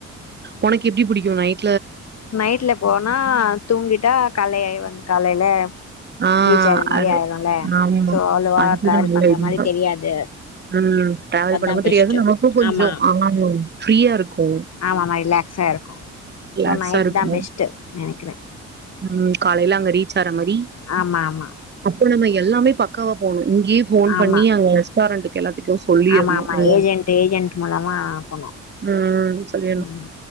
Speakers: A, on the right; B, on the left.
A: உனக்கு எப்டி பிடிக்கும் நைட்
B: நைட்ல போனா தூங்கிட்டா காலைல வந்து காலைல
A: ஆ
B: ரீச் ஆயற மாதிரி
A: அது
B: ஆயிருல
A: ஆமா
B: சோ அவ்வளவா
A: அதுதா
B: டிராவல்
A: நல்ல
B: பண்ற
A: ஐடியா
B: மாதிரி தெரியாது.
A: ம் டிராவல்
B: அதா
A: பண்றப்போ தெரியாது
B: பெஸ்ட்டு
A: நமக்கு கொஞ்சம்
B: ஆமா
A: ஆ ஃப்ரீயா இருக்கும்
B: ஆமாமா ரிலாக்ஸா இருக்கு
A: ரிலாகஸா
B: சோ நைட்டு
A: இருக்கும்.
B: தா பெஸ்ட்டு நெனைக்கிறே
A: ம் காலைல அங்க ரீச் ஆற மாரி
B: ஆமா ஆமா
A: அப்புறோ நம்ம எல்லாமே பக்காவா போணு இங்கயே ஃபோன்
B: ஆமா
A: பண்ணி அங்க ரெஸ்டாரண்டக்கு எல்லாத்துக்கு சொல்லிர்ணு
B: ஆமா ஆமா
A: ஒரு
B: ஏஜென்ட் ஏஜென்ட் மூலமா போனு
A: ம் சொல்லிர்ணு
B: ம்